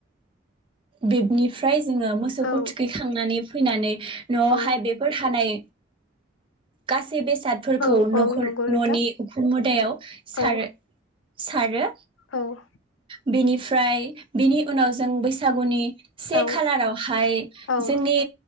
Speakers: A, on the right (about 25°); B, on the left (about 85°).
A: बेबनिफ्राइ जोंङो मोसौखौ
B: औ
A: थुखैखांनानै फैनानै न'आवहाय
B: औ
A: बेफोर हानाय गास बेसादफोरखौ
B: औ औ
A: नखर
B: नंगौ नोंथां
A: न'नि उखुममुदायाव
B: औ
A: सारो सारो
B: औ
A: बिनिफ्राय बिनि उनाव जों बैसागुनि से
B: औ
A: खालारावहाय
B: औ
A: जोंनि